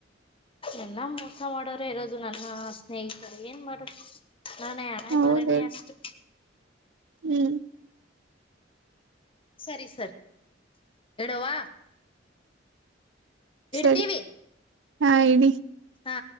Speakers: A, on the left; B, on the right.
A: ಎಲ್ಲ ಮೋಸ ಮಾಡೋರ ಇರೋದು ನನ್ನ ಸ್ನೇಹಿತರು ಏನ್ ಮಾಡದು ನನ್ನ ಹಣೆ
B: ಹೌದ
A: ಬರನೇ ಅಷ್ಟು
B: ಹ್ಮ್
A: ಸರಿ ಸರ್ ಹೇಳವಾ ಇಡ್ತೀವಿ
B: ಸರಿ ಹಾ ಇಡಿ
A: ಹಾ